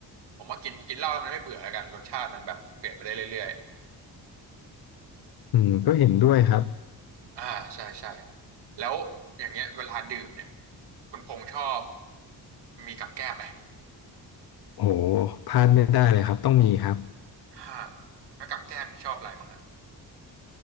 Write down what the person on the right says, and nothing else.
ผมว่ากินกินเหล้าแล้วมันไม่เบื่อแล้วกันรสชาติมันแบบเปลี่ยนไปได้เรื่อย
ๆอ่าใช่ใช่แล้วอย่างเงี้ยเวลาดื่มเนี่ยคุณพงษ์ชอบมีกับแก้มไหม
อ่าแล้วกับแก้มเนี่ยชอบอะไรบ้างฮะ